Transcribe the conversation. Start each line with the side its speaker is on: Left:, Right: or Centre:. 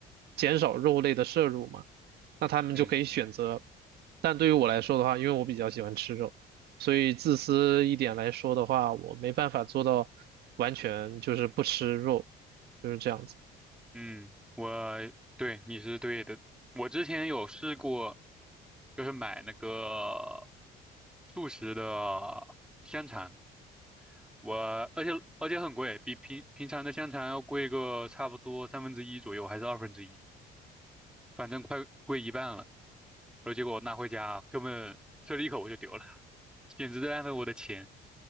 Right: 减少肉类的摄入嘛，那他们就可以选择。
Centre: 嗯
Right: 但对于我来说的话，因为我比较喜欢吃肉，所以自私一点来说的话，我没办法做到完全就是不吃肉，就是这样子。
Centre: 嗯，我对你是对的。我之前有试过，就是买那个素食的香肠。我而且而且很贵，比平平常的香肠要贵个差不多三分之一左右，还是二分之一，反正快贵一半了。然后结果我拿回家，根本吃了一口我就丢了，简直在浪费我的钱。